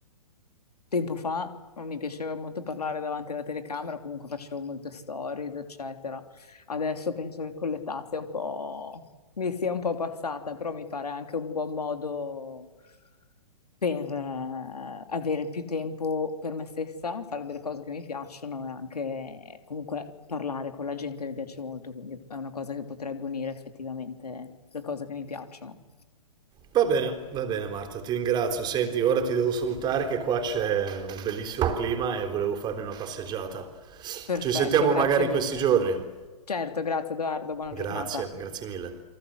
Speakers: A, on the left; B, on the right.
A: tempo fa mi piaceva molto parlare davanti alla telecamera, comunque facevo molte stories, eccetera. Adesso penso che con l'età sia un po'... mi sia un po' passata, però mi pare anche un buon modo per eh, avere più tempo per me stessa, fare delle cose che mi piacciono e anche comunque parlare con la gente mi piace molto, quindi è una cosa che potrebbe unire effettivamente le cose che mi piacciono.
B: Va bene, va bene Marta, ti ringrazio. Senti, ora ti devo salutare che qua c'è un bellissimo clima e volevo farmi una passeggiata.
A: Perfetto,
B: Ci sentiamo
A: grazie
B: magari in
A: mille.
B: questi giorni.
A: Certo, grazie Edoardo, buona
B: Grazie,
A: giornata.
B: grazie mille.